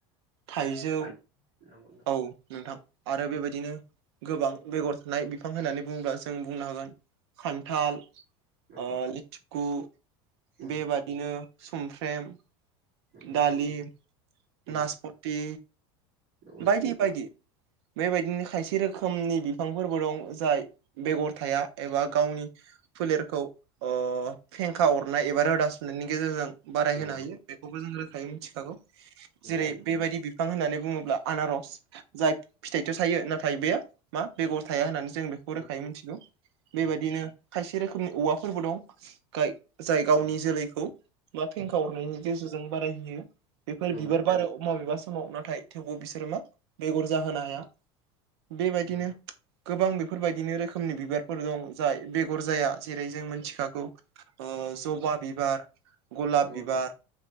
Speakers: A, on the right; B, on the right.
A: थाइजौ
B: थारैनो नंगौ नोंथां
A: औ। नोंथां आरो बेबायदिनो गोबां बेगर थानाय बिफां होननानै बुङोब्ला जों बुंनो हागोन खान्थाल
B: नंगौ
A: ओ
B: नोंथां
A: लेथिखु
B: नंगौ
A: बेबादिनो
B: नोंथां
A: सुमफ्रेम
B: नंगौ
A: डालिम,
B: नोंथां नंगौ
A: नासपुथि
B: नोंथां
A: बायदि बायदि‌‌। बेबायदिनो खायसे रोखोमनि बिफांफोरबो दं, जाय बेगर थाया एबा गावनि फोलेरखौ ओ फेंखा अरनाय एबा रोदा सुनायनि गेजेरजों बारायहोनो
B: नंगौ
A: हायो। बेखौबो जों रोखायै मिथिखागौ
B: नोंथां
A: जेरै बेबायदि बिफां होननानै बुङोब्ला आनारस जाय फिथाइथ' थायो। नाथाय बेयो मा बेगर थाया होननानै जों बेखौ
B: नंगौ
A: रोखायै मिथिगौ। बेबादिनो
B: नोंथां
A: खायसे खायसे रोखोमनि औवाफोरबो दं गाय जाय गावनि जोलैखौ औवा फेंखा हरनायनि गेजेरजों बारायहैयो। बेफोर
B: नंगौ
A: बिबार बारो माबेबा समाव नाथाय थेवबो बिसोर आरोमा बेगर जाहोनो हाया, बेबायदिनो
B: नंगौ नंगौ नोंथां
A: गोबां बेफोरबायदिनो रोखोमनि बिबारफोर दं, जाय बेगर जाया जेरै जों मिथिखागौ ओ जबा बिबार गलाब
B: नंगौ
A: बिबार
B: नोंथां